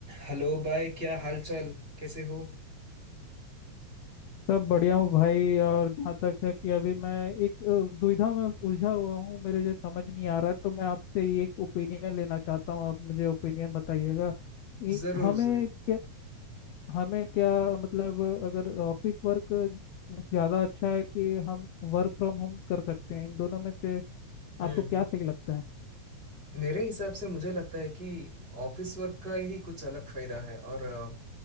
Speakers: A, on the right; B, on the left.
A: Hello भाई क्या हाल चाल कैसे हो
B: सब बढ़िया हूँ भाई और जहाँ तक है कि अभी मैं एक अ, दुविधा में उलझा हुआ हूँ मेरे जो समझ नहीं आ रहा है तो मैं आपसे ये एक ओपिनियन लेना चाहता हूँ आप मुझे ओपिनियन बताइएगा कि
A: जरूर
B: हमें
A: जरूर
B: क्या हमें क्या मतलब अगर ऑफिस वर्क ज़्यादा अच्छा है कि हम वर्क फ्रॉम होम कर सकते हैं इन दोनों में से
A: हम्म
B: आपको क्या
A: हम्म।
B: सही लगता है
A: मेरे हिसाब से मुझे लगता है कि ऑफिस वर्क का ही कुछ अलग फायदा है और अ,